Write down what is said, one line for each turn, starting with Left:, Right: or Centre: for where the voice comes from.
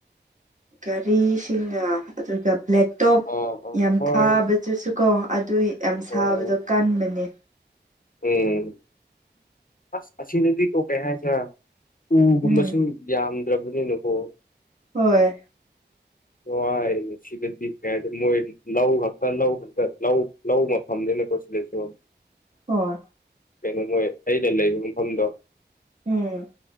Right: ꯒꯥꯔꯤꯁꯤꯡꯅ ꯑꯗꯨꯒ ꯕ꯭ꯂꯦꯛ ꯇꯣꯞ
Left: ꯑꯥ ꯑꯥ
Right: ꯌꯥꯝ
Left: ꯍꯣꯏ
Right: ꯊꯥꯕꯗꯨꯁꯨ ꯀꯣ ꯑꯗꯨ ꯌꯥꯝ ꯁꯥꯕꯗꯣ
Left: ꯍꯣꯏ
Right: ꯀꯟꯕꯅꯦ
Left: ꯎꯝ ꯑꯁ ꯑꯁꯤ ꯅꯨꯄꯤꯀꯣ ꯀꯩ ꯍꯥꯏꯁꯤꯔ ꯎꯒꯨꯝꯕꯁꯨ
Right: ꯎꯝ
Left: ꯌꯥꯝꯗ꯭ꯔꯕꯅꯤꯅꯀꯣ
Right: ꯍꯣꯏ
Left: ꯋꯥꯏꯌꯦꯕ ꯁꯤꯗꯗꯤ <unintelligible> ꯂꯧ ꯈꯛꯇ ꯂꯧ ꯈꯛꯇ ꯂꯧ ꯂꯧ ꯃꯐꯝꯅꯤꯅꯀꯣ ꯁꯤꯗꯩꯁꯨ
Right: ꯍꯣꯏ
Left: ꯀꯩꯅꯣ ꯃꯣꯏ ꯑꯩꯅ ꯂꯩꯕ ꯃꯐꯝꯗꯣ
Right: ꯎꯝ